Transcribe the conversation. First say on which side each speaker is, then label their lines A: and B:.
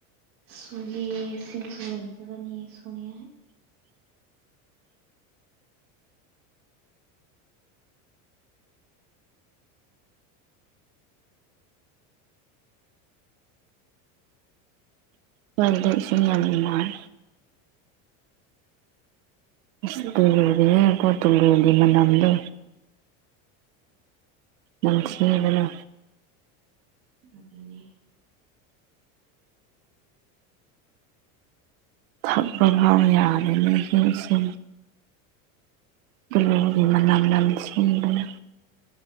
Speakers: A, on the right; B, on the right.
A: ꯁꯨꯒꯦ ꯁꯤꯡꯁꯨ ꯂꯩꯇꯕꯅꯤ ꯁꯨꯅꯤꯌꯥ
B: <unintelligible> ꯗ ꯏꯁꯤꯡ ꯌꯥꯝ ꯅꯨꯉꯥꯏ ꯑꯁ ꯑꯣꯏꯗꯦ ꯍꯦ ꯈꯣꯏ ꯇꯨꯂꯨꯒꯤ ꯃꯅꯥꯝꯗꯨ ꯅꯝꯊꯤꯕꯅ
A: ꯑꯗꯨ ꯅꯦ
B: ꯊꯛꯄ ꯐꯥꯎ ꯌꯥꯔꯅꯤ ꯏꯁꯤꯡ ꯁꯦ ꯀꯂꯨꯒꯤ ꯃꯅꯥꯝ ꯂꯝꯁꯤꯡꯟꯗꯅ